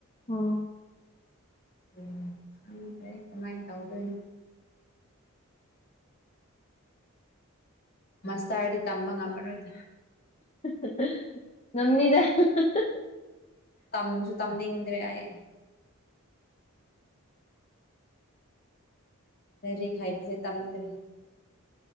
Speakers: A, on the left (about 30°); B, on the left (about 45°).
A: ꯑꯣ
B: ꯎꯝ ꯈꯪꯗ꯭ꯔꯦ ꯀꯃꯥꯏꯅ ꯇꯧꯗꯣꯏꯅꯣ ꯃꯁꯇ꯭ꯔꯗꯤ ꯇꯝꯕ ꯉꯝꯃꯔꯣꯏꯗ
A: ꯍꯥ ꯍꯥ ꯍꯥ ꯉꯝꯅꯤꯗ <unintelligible>
B: ꯇꯝꯁꯨ <unintelligible> ꯂꯩꯔꯤꯛ ꯍꯥꯏꯕꯁꯦ ꯇꯝꯅꯤꯡꯗ꯭ꯔꯦ